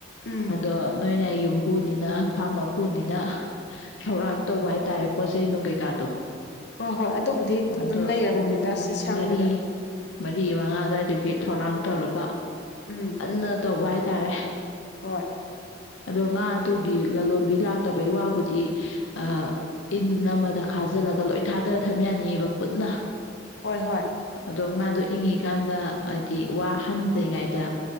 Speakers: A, on the left (about 60°); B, on the left (about 80°).
A: ꯎꯝ
B: ꯑꯗꯣ ꯅꯣꯏꯅ ꯌꯨꯝꯕꯨꯅꯤꯅ ꯐꯥꯝꯃ ꯄꯨꯅꯤꯅ ꯊꯧꯔꯥꯡ ꯇꯧꯕ ꯍꯥꯏꯇꯥꯔꯦ ꯄꯣꯠ ꯆꯩ ꯅꯨꯡ ꯀꯩꯀꯥꯗꯣ
A: ꯍꯣꯏ ꯍꯣꯏ ꯑꯗꯨꯕꯨꯗꯤ
B: ꯑꯗꯣ
A: ꯑꯗꯨꯝ ꯂꯩꯔ
B: ꯄꯨꯡ
A: ꯄꯣꯠꯅꯤꯗ ꯁꯤ ꯁꯪꯗꯨꯗ
B: ꯃꯔꯤ ꯃꯔꯤ ꯃꯉꯥ ꯑꯗꯨꯋꯥꯏꯗꯒꯤ ꯊꯧꯔꯥꯡ ꯇꯧꯔꯒ
A: ꯎꯝ
B: ꯅ ꯇꯧꯕ ꯍꯥꯏꯇꯥꯔꯦ
A: ꯍꯣꯏ
B: ꯑꯗꯣ ꯉꯥꯗꯨꯒꯤ ꯂꯂꯣꯟꯕꯤ ꯂꯥꯛꯇꯕꯩ ꯋꯥꯕꯨꯗꯤ ꯑ ꯏꯟ ꯑꯃꯗ ꯈꯥꯖꯤꯜꯂꯒ ꯂꯣꯏ ꯊꯥꯗꯔ ꯊꯝ ꯌꯥꯅꯤꯕ ꯄꯨꯟꯅ
A: ꯍꯣꯏ ꯍꯣꯏ
B: ꯑꯗꯣ ꯉꯥꯗꯣ ꯏꯪꯉꯤꯀꯥꯟꯗ ꯍꯥꯏꯗꯤ ꯋꯥ ꯍꯟꯗ꯭ꯔꯤꯉꯩꯗ